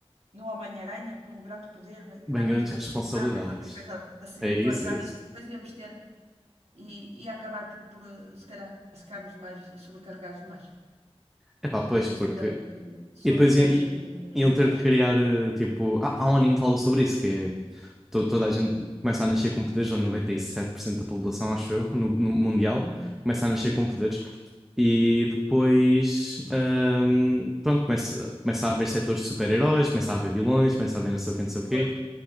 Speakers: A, on the right; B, in the centre.
A: no Homem-Aranha, com grande poder
B: <laughs>
A: vem grande
B: Bem, grandes
A: responsabilidade,
B: responsabilidades.
A: não é? Qualquer coisa assim,
B: É isso,
A: pronto, já
B: é
A: viste.
B: isso.
A: Depois íamos ter e, e acabar por, por, eh, se calhar, ficarmos mais sobrecarregados demais.
B: Epá, pois,
A: Por isso,
B: porque.
A: ainda bem que somos
B: E depois
A: meros,
B: i- i-
A: hum- meros
B: iam
A: mortais.
B: ter de criar, eh, tipo. Há, há um anime que fala sobre isso, que é. to- toda a gente começa a nascer com poderes, ou 97% da população, acho eu, no, no mundial,
A: Uhum.
B: começa a nascer com poderes. E depois. ahm, pronto, começa, começa a haver setores de super-heróis, começa a haver vilões, começa a haver não sei o quê, não sei o
A: Pois.
B: quê.